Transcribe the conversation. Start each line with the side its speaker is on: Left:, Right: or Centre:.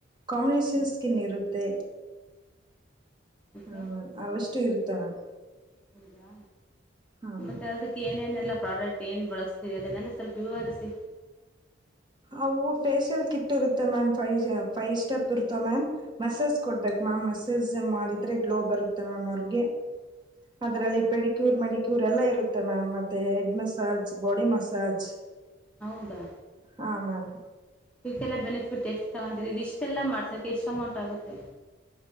Right: ಕಾಂಬಿನೇಷನ್ ಸ್ಕಿನ್ ಇರುತ್ತೆ
Centre: ಓಕೆ
Right: ಹಾ ಮ್ಯಾಮ ಅವಷ್ಟು ಇರುತ್ತೆ ಮ್ಯಾಮ್
Centre: ಹೌದಾ
Right: ಹಾಂ ಮ್ಯಾಮ್
Centre: ಮತ್ತೆ ಅದಕ್ಕೆ ಏನೇನ್ ಎಲ್ಲಾ ಪ್ರಾಡಕ್ಟ್ ಏನ್ ಬಳಸ್ತೀರಿ ಅದನ್ನೆಲ್ಲ ಸ್ವಲ್ಪ ವಿವರಿಸಿ
Right: ಅ ಫೇೇಶಿಯಲ್ ಕಿಟ್ ಇರುತ್ತೆ ಮ್ಯಾಮ್ ಫೈ್ ಫೈವ್ ಸ್ಟೆಪ್ ಇರುತಾವ ಮ್ಯಾಮ್ ಮಸಾಜ್ ಕೊಡಬೇಕು ಮ್ಯಾಮ್ ಮಸಾಜ್ ಮಾಡಿದ್ರೆ ಗ್ಲೋ ಬರುತ್ತೆ ಮ್ ಅವ ಅದ್ರಲ್ಲಿ ಕ್ಯೂರ್ ಮಿಕ್ಯರ್ ಎಲ್ಲ ಇರುತ್ತೆ ಮ್ಯಾಮ್ ಮತ್ತೆ ಹೆಡ್ ಮಸಾಜ್ ಬಾಡಿ ಮಸಾಜ್
Centre: ಹೌದಾ
Right: ಹ ಮ್ಯಾಮ್
Centre: ಇದಕ್ಕೆಲ್ಲ ಬೆನಿಫಿಟ್ ಎಷ್ಟು ತಗೊಂತ ಇ ಇಷ್ಟೆಲ್ಲ ಮಾಡ್ಸಕ ಎಷ್ಟ್ ಅಮೌಂಟ್ ಆಗುತ್ತೆ